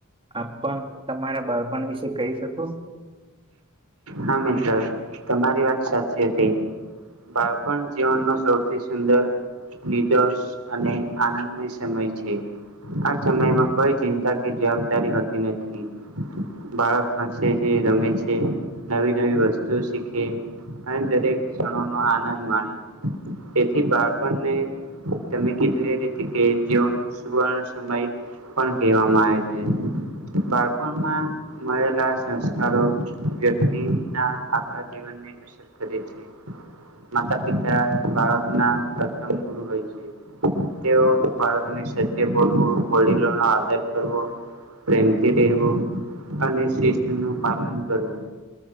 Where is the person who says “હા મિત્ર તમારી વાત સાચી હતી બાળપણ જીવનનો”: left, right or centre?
Right